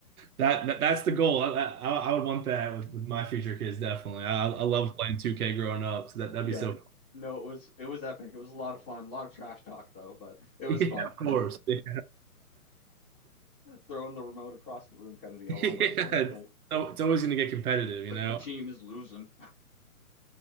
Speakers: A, on the right; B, on the left.
A: That, that that's the goal. I, I I would want that with, with my future kids definitely. I I love playing 2K growing up, so that that'd
B: yeah,
A: be so.
B: no, it was it was epic. It was a lot of fun. A lot of trash talk though, but
A: <laughs>
B: it was
A: Yeah,
B: fun.
A: of course.
B: <laughs>
A: Yeah.
B: Throwing the remote across the room
A: <laughs>
B: kind of deal
A: Yeah.
B: almost. It's like
A: So it's always going to get competitive, you
B: like
A: know.
B: my team is losing.